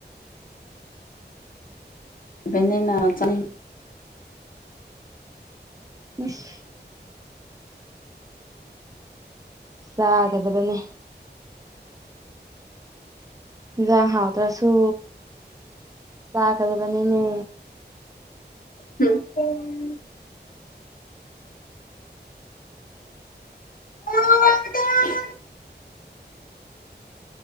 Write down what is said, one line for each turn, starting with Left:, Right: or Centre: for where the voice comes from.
Left: ꯕꯅꯤꯅ ꯆꯅꯤꯡ
Right: ꯏꯁ ꯆꯥꯒꯗꯕꯅꯦ ꯏꯟꯁꯥꯡ ꯍꯥꯎꯇ꯭ꯔꯁꯨ ꯆꯥꯒꯗꯕꯅꯤꯅꯦ
Left: ꯎꯝ ꯑꯣ <unintelligible>